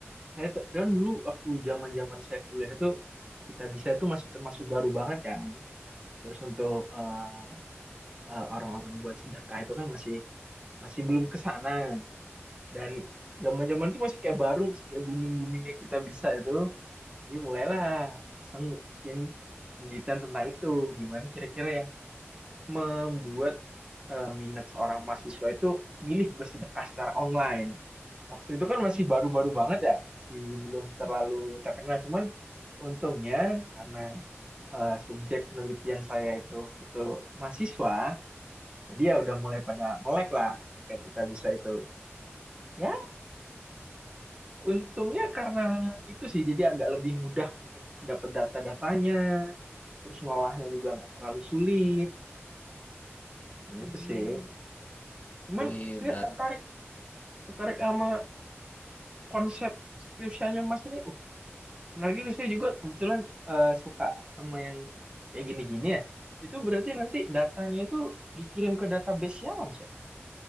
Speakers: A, on the right; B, on the left.
A: saya tuh- kan dulu waktu zaman-zaman saya kuliah itu kita bisa tuh masih termasuk baru banget kan. Terus untuk eh, eh, orang-orang buat sedekah itu kan masih masih belum ke sana dan zaman-zaman itu masih kayak baru masih kayak booming-boomingnya kita bisa itu jadi mulailah iseng bikin penelitian tentang itu gimana kira-kira yang membuat eh, minat seorang mahasiswa itu milih bersedekah secara online waktu itu kan masih baru-baru banget ya masih belum terlalu terkenal cuman untungnya karena eh, subjek penelitian saya itu waktu itu mahasiswa jadi ya udah mulai pada melek lah kayak kita bisa itu. Ya, untungnya karena itu sih jadi agak lebih mudah untuk dapat data-datanya, terus ngolahnya juga nggak terlalu sulit. Ya,
B: Hmm.
A: itu sih. Cuman
B: Wih,
A: saya
B: berat
A: tertarik tertarik sama konsep skripsianya Mas ini. Uh, menarik juga saya juga kebetulan eh, suka sama yang kayak gini-gini ya. Itu berarti nanti datanya itu dikirim ke database siapa Mas ya?